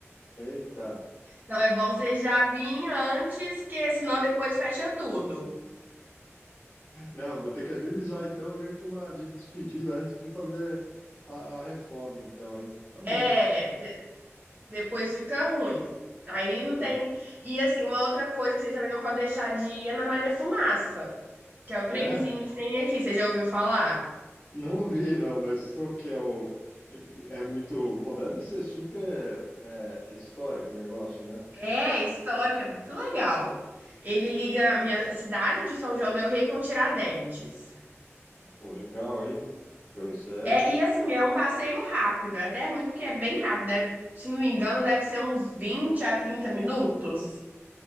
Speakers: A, on the left (about 35°); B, on the right (about 35°).
A: Eita.
B: Então é bom você já vir antes, que senão depois fecha tudo.
A: Não, vou ter que agilizar então, meio que uma de despedida antes de fazer a, a reforma, então, hein? Tá bom,
B: É,
A: tá bom.
B: que depois fica ruim. Aí não
A: Tá.
B: tem. E assim, uma outra coisa que vocês também não podem deixar de ir é na Maria Fumaça, que é o trenzinho
A: É,
B: que tem aqui. Você já ouviu falar?
A: não ouvi, não, mas qual que é o. É muito. Bom, deve ser super é, é histórico o negócio, né?
B: É histórico, é muito legal. Ele liga a minha cidade de São João del Rei com Tiradentes.
A: Pô, legal, hein? Então, isso é.
B: É, e assim, é um passeio rápido, é até ruim porque é bem rápido, deve- se não me engano, deve ser uns vinte a trinta minutos.